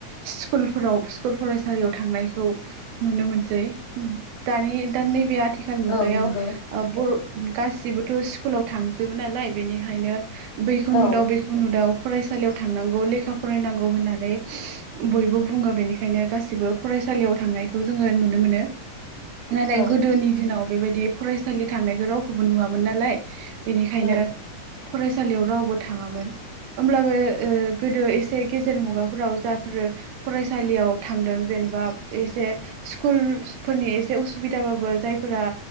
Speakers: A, on the right; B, on the left.
A: स्कुलफोराव स्कुल फरायसालियाव थांनायखौ नुनो मोनसै दानि दा नैबे आथिखाल मुगायाव
B: औ नंगौ
A: ओ बर' गासिबोथ' स्कुलाव थांजोबो नालाय बेनिखायनो बैखौ
B: औ
A: नुदाव बेखौ नुदाव फरायसालियाव थांनांगौ लेखा फरायनांगौ होननानै बयबो बुङो बेनिखायनो गासिबो फरायसालियाव थांनायखौ जोङो नुनो मोनो नालाय
B: औ
A: गोदोनि दिनाव बेबायदि फरायसालि थांनायखौ रावखौबो नुवामोन नालाय बेनिखायनो
B: औ
A: फरायसालियाव रावबो थाङामोन होमब्लाबो ओ गोदो एसे गेजेर मुगा फोराव जायफोर फरायसालियाव थांदों जेनेबा एसे स्कुल फोरनि एसे बे उसुबिदाबाबो जायफोरा